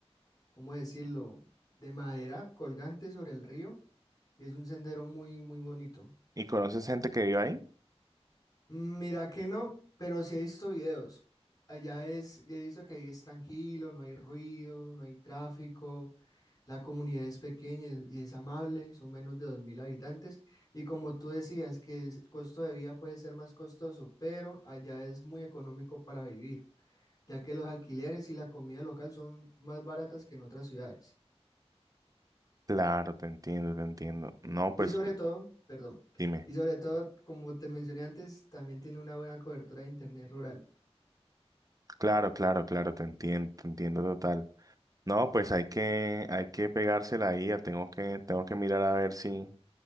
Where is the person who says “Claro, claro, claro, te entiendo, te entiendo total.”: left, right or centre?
Right